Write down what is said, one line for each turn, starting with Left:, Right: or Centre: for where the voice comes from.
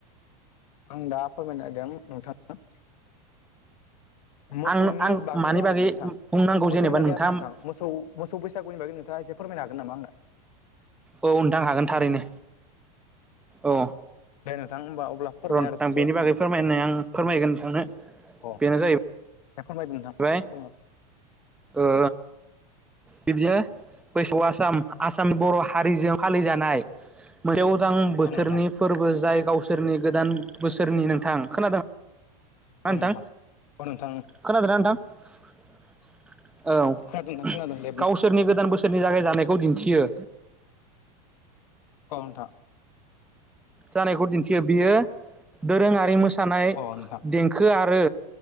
Left: आं दा फोरमायनो नागिदों नोंथां। मोसौनि
Centre: आंनो आं
Left: बागै
Centre: मानि
Left: आरो नोंथां
Centre: बुंनांगौ जेनेबा
Left: मोसौनि बागै
Centre: नोंथाङा
Left: आरो नोंथां मोसौ मोसौ बैसागुनि बागै नोंथाङा से फोरमायनो हागोन नामा आंनो
Centre: औ नोंथां हागोन थारैनो औ।
Left: दे नोंथां होमबा अब्ला फोरमायना
Centre: र
Left: होदो ससे
Centre: बेनि बागै फोरमायनाय आं फोरमायगोन नोंथांनो।
Left: अ
Centre: बेनो जाहै
Left: दे फोरमायदो नोंथां
Centre: बाय
Left: औ
Centre: ओ। बिदिनो बैसौ आसाम आसामनि बर' हारिजों फालिजानाय मोनसे उदां बोथोरनि
Left: औ नोंथां
Centre: फोरबो जाय गाव सोरनि गोदान बोसोरनि नोंथां खोनादों।
Left: औ
Centre: आदा
Left: नोंथां औ नोंथां
Centre: खोनादों ना नोंथां। औ
Left: खोनादों नोंथां खोनादों दे बुं
Centre: गावसोरनि गोदान बोसोरनि जागायजानाय खौ दिन्थियो।
Left: औ नोंथा।
Centre: जानायखौ दिन्थियो बियो दोरोङारि मोसानाय
Left: अ नोंथां
Centre: देंखो रो